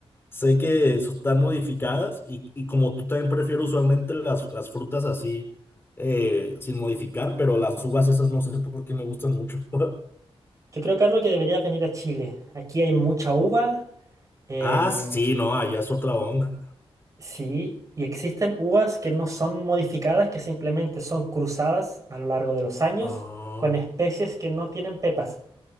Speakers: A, on the left; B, on the right.
A: sé que so- están modificadas y, y como tú también prefiero usualmente las, las frutas así, eh, sin modificar, pero las uvas esas no sé por qué me gustan mucho. <laughs>
B: Yo creo, Carlos, que deberías venir a Chile. Aquí hay mucha uva. em,
A: Ah, sí, no, allá es otra onda.
B: Sí, y existen uvas que no son modificadas, que simplemente son cruzadas a lo largo de los años
A: Ah,
B: con especies que no tienen pepas.